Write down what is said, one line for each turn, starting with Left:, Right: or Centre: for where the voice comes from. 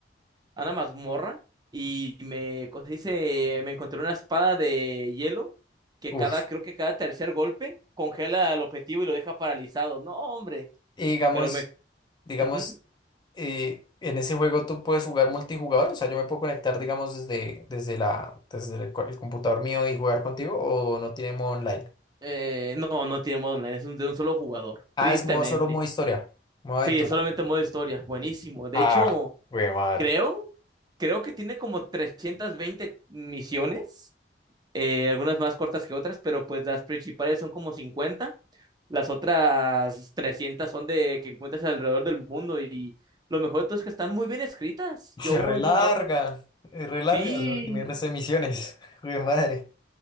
Right: a una mazmorra. Y me, ¿cómo se dice? Me encontré una espada de hielo que
Left: Uf.
Right: cada, creo que cada tercer golpe congela al objetivo y lo deja paralizado. No, hombre.
Left: Y digamos,
Right: Pero me.
Left: digamos,
Right: ujú.
Left: eh, en ese juego tú puedes jugar multijugador, o sea, yo me puedo conectar, digamos, desde, desde la, desde el, co- el computador mío y jugar contigo, o no tiene modo online.
Right: Eh, no, no tiene modo online, es un- de un solo jugador.
Left: Ah,
Right: Tristemente.
Left: es modo solo modo historia, modo aventura.
Right: Sí, es solamente modo historia. Buenísimo. De
Left: Ah,
Right: hecho,
Left: güey, madre.
Right: creo, creo que tiene como 320 misiones. eh, algunas más cortas que otras, pero pues las principales son como cincuenta las otras 300 son de que encuentras alrededor del mundo y lo mejor de todo es que están muy bien escritas,
Left: Se
Right: yo
Left: relarga,
Right: he notado,
Left: es relarga,
Right: sí,
Left: o sea, tiene res emisiones. <laughs> Jue madre.